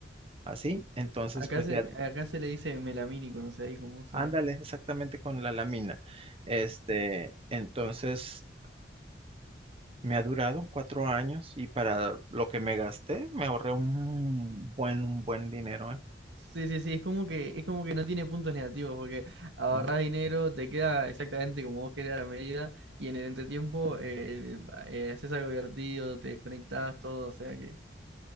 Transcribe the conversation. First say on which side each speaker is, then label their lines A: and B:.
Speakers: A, on the right; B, on the right.
A: así. Entonces
B: Acá
A: pues
B: se,
A: ya,
B: acá se le dice melamínico, no sé ahí cómo será.
A: ándale exactamente con la lámina. Este, entonces... Me ha durado cuatro años y para lo que me gasté me ahorré un buen, un buen dinero, ¿eh?
B: Sí, sí, sí, es como que, es como que no tiene puntos negativos, porque ahorrar
A: ¿No?
B: dinero, te queda exactamente como vos querés a la medida, y en el entretiempo eh, eh, haces algo divertido, te desconectás, todo, o sea que